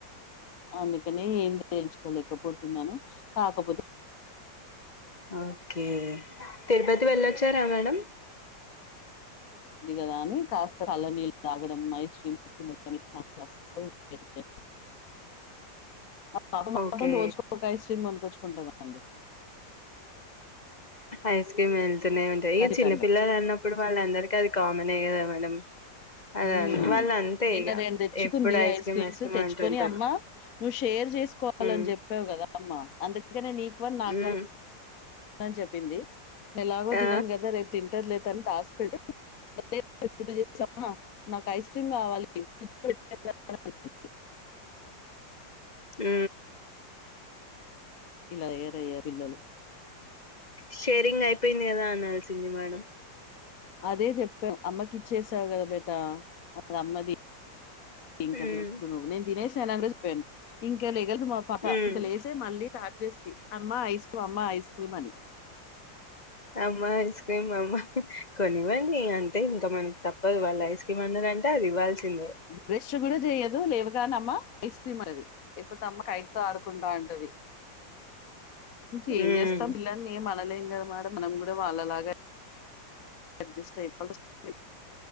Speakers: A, on the left; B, on the left.
A: అందుకనే ఏం తేల్చుకోలేకపోతున్నాను కాకపోతే
B: ఓకే తిరుపతి వెళ్ళొచ్చారా మేడం
A: ఉంది కదా అని కాస్త చల్లా నీళ్ళు తాగడం ఐస్ క్రీమ్ తిన్ <unintelligible> <unintelligible> మా పాప మాత్రం
B: ఓకే
A: రోజుకోక ఐస్ క్రీమ్ కొనుక్కొచ్చుకుంటది అండి
B: ఐస్ క్రీమ్ వెళ్తూనే ఉంటది ఇగ
A: ఖచ్చితంగా
B: చిన్నపిల్లలన్నప్ ప్పుడు వాళ్ళందరికిీ అది కామనే కదా మేడం అద
A: మ్
B: వాళ్ళు అంతే
A: నిన్న
B: ఇక
A: రెండు తెచ్చుకుంది
B: ఎప్పుడు
A: ఐస్
B: క్రీమ్
A: క్రీమ్స్
B: క్రీమ్
A: తెచ్చుకొని
B: అంటుంటారు
A: అమ్మ నువ్వు షేర్ చేసుకో వలని
B: మ్మ్
A: చెప్పావు కదా అమ్మ అందుకనే నీకు వన్ నాకు
B: మ్మ్
A: వన్ అని చెప్పింది ఎలాగో
B: ఆ
A: తినను కదా రేపు తింటదిలే అని దాస్పెడితె మళ్ళీ పొద్దున లేచి అమ్మ నాకు ఐస్ క్రీమ్ కావాలి ఫ్రిజ్ ల పెట్టినావ్ క అని అంటూ
B: మ్
A: ఇలా తయ్యారయా పిల్లలు
B: షేరింగ్ అయిపోయింది కదా అన్నాల్సింది మేడం
A: అదే చెప్పాం అమ్మకి ఇచ్చేసావు కదా బేటా అది అమ్మది ఇంకా
B: మ్మ్
A: నిను తినేసనని చెప్పను ఇంకాలేగద్ పాప
B: మ్మ్
A: ఇంక లేసే మళ్ళీ స్టార్ట్ చేస్తంది. అమ్మ ఐస్ క్రీమ్, అమ్మ ఐస్ క్రీమ్ అని
B: అమ్మ ఐస్ క్రీమ్ అమ్మ కొనివ్వండి అంతే ఇంకా మనకి తప్పదు వాళ్ళ ఐస్ క్రీ <unintelligible> అది ఇవాల్సిందే
A: బ్రష్ కూడా చెయ్యదు లేవగానే అమ్మా ఐస్ క్రీమ్ అది లేకపోతే అమ్మ కైక్తో ఆడుకుంట అంటది ఇంకేం
B: ఉమ్
A: చేస్తాం పిల్లలని ఏమి అనలేం కద మేడమ్ మనం కూడా వాళ్ళలాగ అడ్జస్ట్ అయిపాలుస్తోంది